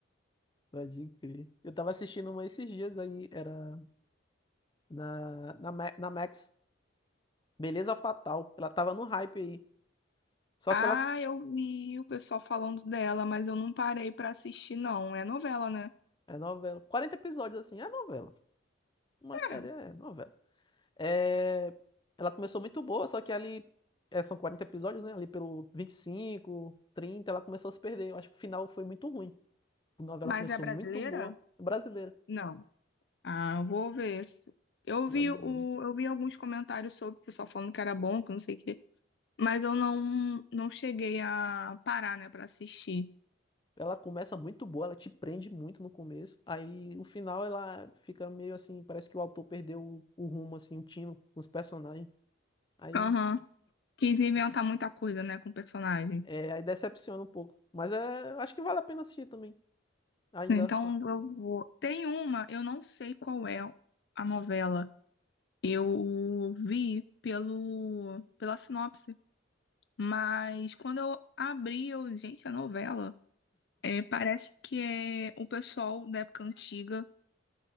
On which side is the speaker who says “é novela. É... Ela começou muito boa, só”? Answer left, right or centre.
Left